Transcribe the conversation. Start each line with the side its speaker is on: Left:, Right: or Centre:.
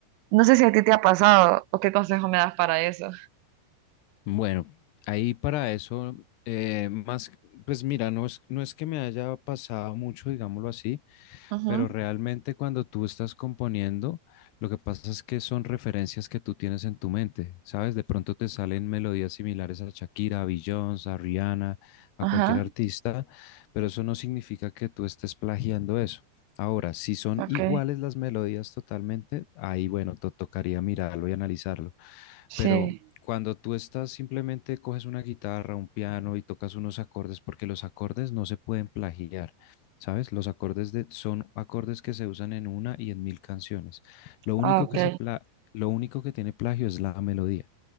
Right: No sé si a ti te ha pasado o qué consejo me das para eso.
Left: Bueno, ahí para eso, eh, más, pues mira, no es, no es que me haya pasado mucho, digámoslo así,
Right: Ujú,
Left: pero realmente cuando tú estás componiendo, lo que pasa es que son referencias que tú tienes en tu mente, ¿sabes? De pronto te salen melodías similares a Shakira, a Beyoncé, a Rihanna, a
Right: Ajá,
Left: cualquier artista, pero eso no significa que tú estés plagiando eso. Ahora, si son
Right: ok.
Left: iguales las melodías totalmente, ahí bueno, te tocaría mirarlo y analizarlo. Pero
Right: Sí,
Left: cuando tú estás simplemente coges una guitarra, un piano y tocas unos acordes, porque los acordes no se pueden plagiar, ¿sabes? Los acordes de, son acordes que se usan en una y en mil canciones. Lo único
Right: ah, ok.
Left: que se pla- lo único que tiene plagio es la melodía,